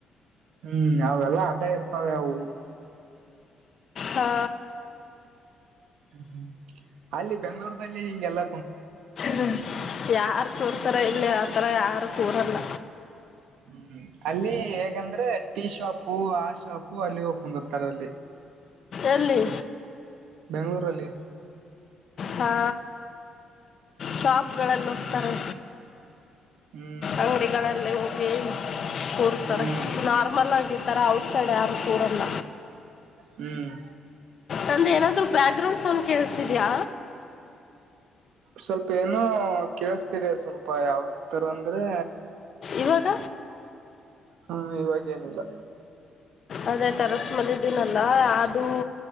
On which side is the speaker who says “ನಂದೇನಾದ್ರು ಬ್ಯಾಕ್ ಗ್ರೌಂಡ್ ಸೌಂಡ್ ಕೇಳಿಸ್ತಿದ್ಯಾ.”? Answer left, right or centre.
Left